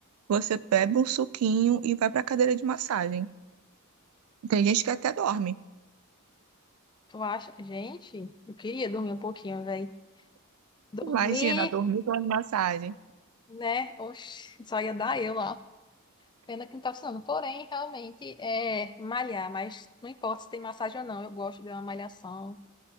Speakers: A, on the right; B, on the left.
A: você pega um suquinho e vai pra cadeira de massagem. Tem gente que até dorme.
B: tu acha, gente, eu queria dormir um pouquinho, velho. Dormir,
A: Imagina, dormir com massagem.
B: né? Oxi, só ia dar eu lá. Pena que não tá funcionando. Porém, realmente é malhar, mas não importa se tem massagem ou não, eu gosto de uma malhação.